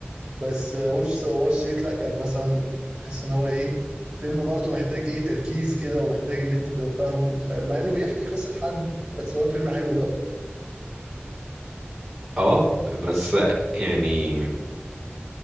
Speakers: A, on the right (about 20°); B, in the centre.
A: بس وولف اوف وول ستريت لا كان مثلا تحس ان هو ايه فيلم برضو محتاج ايه تركيز كده ومحتاج ان انت تبقى فاهمه وتتخيل مع انه بيحكي قصة حد بس هو الفيلم حلو برضو
B: اه بس آه، يعني